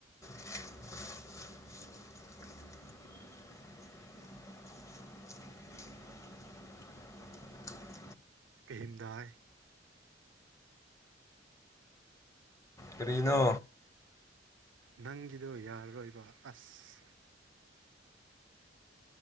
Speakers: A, on the left; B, on the right.
A: <unintelligible> <unintelligible>
B: ꯀꯝꯗꯥꯏ
A: ꯀꯅꯣ
B: ꯅꯪꯒꯤꯗꯣ ꯌꯥꯔꯔꯣꯏꯕ ꯑꯁ